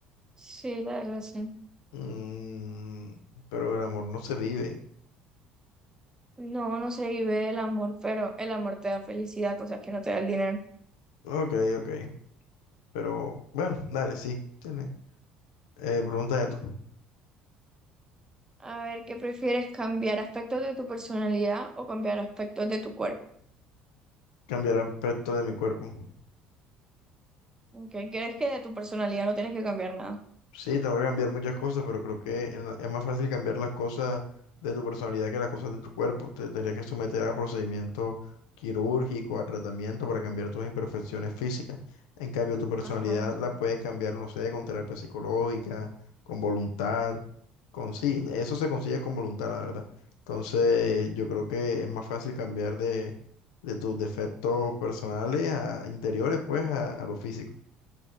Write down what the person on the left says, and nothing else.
Mm, pero el amor no se vive.
Ok, ok. Pero bueno, dale, sí. Tiene. Eh, pregúntame tú.
Cambiará aspecto de mi cuerpo.
Sí, tengo que cambiar muchas cosas, pero creo que es es más fácil cambiar las cosas de tu personalidad que las cosas de tu cuerpo. Te tendrías que someter a procedimiento quirúrgico, a tratamiento para cambiar tus imperfecciones físicas. En cambio, tu personalidad
la puedes cambiar, no sé, con terapia psicológica, con voluntad, con sí, eso se consigue con voluntad, la verdad. Entonces, yo creo que es más fácil cambiar de, de tus defectos personales a interiores, pues, a, a lo físico.